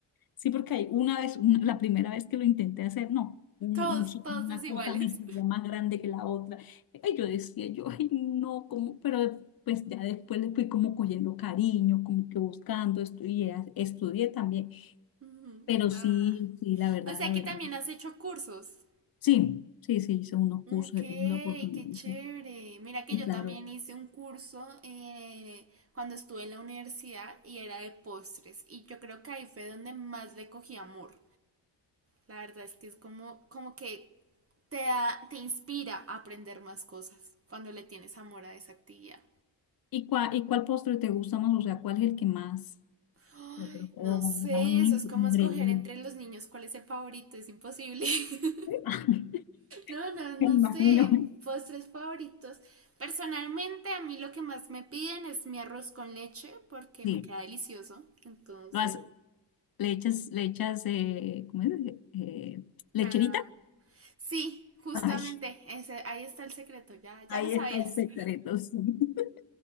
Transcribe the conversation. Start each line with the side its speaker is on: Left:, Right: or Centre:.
Left: Sí, porque hay una vez, una- la primera vez que lo intenté hacer, no. un-
Right: Todos,
Left: un-
Right: todos
Left: una
Right: desiguales.
Left: cosa me salía más grande que la otra. Y yo decía, yo, ay, no, como, pero pues ya después le fui como cogiendo cariño, como que buscando, estu- y, eh, estudié también.
Right: <laughs> Ujú.
Left: Pero
Right: Ah,
Left: sí, sí, la verdad,
Right: o sea
Left: la
Right: que
Left: verdad.
Right: también has hecho cursos.
Left: Sí, sí, sí, hice unos
Right: Ok,
Left: cursos, he tenido la oportunidad.
Right: qué chévere.
Left: sí,
Right: Mira que
Left: sí,
Right: yo
Left: claro.
Right: también hice un curso eh, cuando estuve en la universidad y era de postres. Y yo creo que ahí fue donde más le cogí amor. La verdad es que es como, como que te da- te inspira a aprender más cosas cuando le tienes amor a esa actividad.
Left: ¿Y cuál, y cuál postre te gusta más? O sea, ¿cuál es el que más
Right: Ay,
Left: te O
Right: no sé,
Left: dame un
Right: eso
Left: ingrediente.
Right: es como escoger entre los niños cuál es el favorito, es imposible. <laughs>
Left: <laughs>
Right: No, no, no
Left: Me imagino.
Right: sé, postres favoritos. Personalmente, a mí lo que más me piden es mi arroz con leche porque
Left: Sí,
Right: me queda delicioso. Entonces,
Left: lo has- le echas, le echas, eh, ¿cómo es? Eh, lecherita.
Right: ah, sí, justamente,
Left: Ay,
Right: ese, ahí está el secreto, ya, ya
Left: ahí
Right: lo sabías.
Left: está el secreto. sí. <laughs>